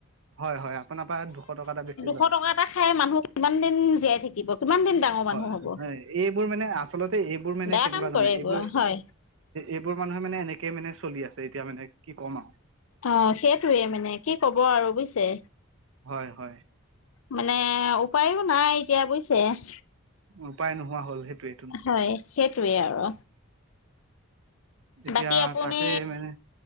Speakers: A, on the right (about 65°); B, on the left (about 80°).
A: হয় হয়। আপাৰ দুশ টকা এটা
B: এশ
A: ললে।
B: টকা এটা খাই মানুহ কিমান দিন জীয়াই থাকিব কিমান দিন ডাঙৰ মানুহ
A: হয়
B: হ'ব।
A: হয় এইবোৰ মানে আচলতে এইবোৰ মানে
B: বেয়া
A: কেনেকুৱা
B: কাম
A: জানে
B: কৰে
A: এইবোৰ,
B: হয়
A: এইবোৰ মানুহে মানে এনেকে মানে চলি আছে এতিয়া মানে। কি ক'ম আৰু।
B: অ' সেইটোৱেই মানে কি ক'ব আৰু বুজিছে।
A: হয় হয়।
B: মানে এ উপায়ো নাই এতিয়া বুজিছ <unintelligible>
A: উপায় নোহোৱা হ'ল সেইটোৱেইতো।
B: হয় সেইটোৱে আৰু
A: এতিয়া
B: বাকী আপুনি
A: তাকে মানে